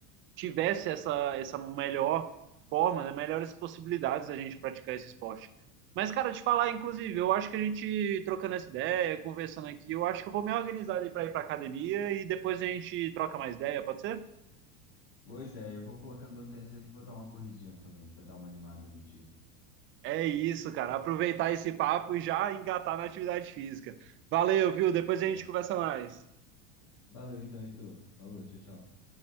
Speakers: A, on the right; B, on the left.
A: tivesse essa, essa melhor forma, né? melhores possibilidades da gente praticar esse esporte. Mas, cara, te falar, inclusive, eu acho que a gente trocando essa ideia, conversando aqui, eu acho que eu vou me organizar ali para ir para academia e depois a gente troca mais ideia, pode ser?
B: Boa ideia, eu vou colocar meu tênis aqui e vou dar uma corridinha também, para dar uma animada no dia.
A: É isso, cara. Aproveitar esse papo e já engatar na atividade física. Valeu, viu? Depois
B: Top.
A: a gente conversa mais.
B: Valeu então, Heitor. Falou, tchau, tchau.